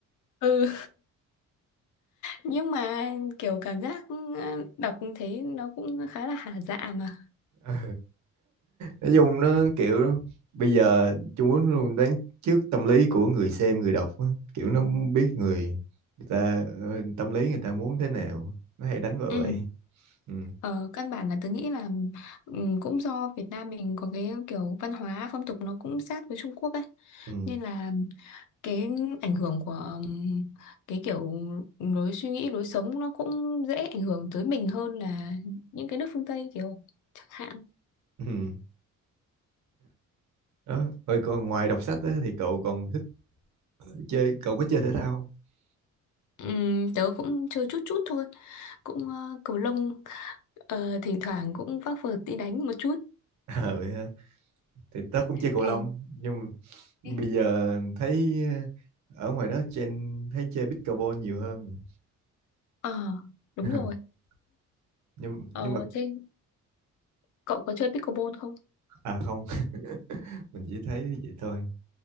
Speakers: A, on the left; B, on the right.
A: ừ nhưng mà kiểu cảm giác ờ, đọc thấy nó cũng khá là hả dạ mà
B: Ờ. nói chung nó kiểu bây giờ Trung Quốc nó luôn đoán trước tâm lý của người xem người đọc á. kiểu nó biết người, người ta ờ, tâm lý người ta muốn thế nào nó hay đánh vào
A: ừ.
B: vậy ừ.
A: Ờ, căn bản là tớ nghĩ là ừm, cũng do Việt Nam mình có cái kiểu văn hóa phong tục nó cũng sát với Trung Quốc ấy
B: Ừ.
A: nên là cái ảnh hưởng của ừm, cái kiểu lối suy nghĩ lối sống nó cũng dễ ảnh hưởng tới mình hơn là những cái nước phương Tây kiểu chẳng hạn
B: Ừ. Đó. Rồi còn ngoài đọc sách á, thì cậu còn thích chơi cậu có chơi thể thao không? <laughs>
A: Ừm, tớ cũng chơi chút chút thôi cũng ờ, cầu lông Ờ, thỉnh thoảng cũng vác vợt đi đánh một chút
B: Ờ, vậy hả? thì tớ cũng chơi cầu
A: Ờ,
B: lông nhưng mà bây
A: Thế-
B: giờ thấy ờ, ở ngoài đó trên thấy chơi pickleball nhiều hơn
A: Ờ, đúng
B: <laughs>
A: rồi.
B: nhưng
A: Ờ,
B: nhưng mà
A: thế cậu có chơi pickleball không?
B: à không <laughs> mình chỉ thấy vậy thôi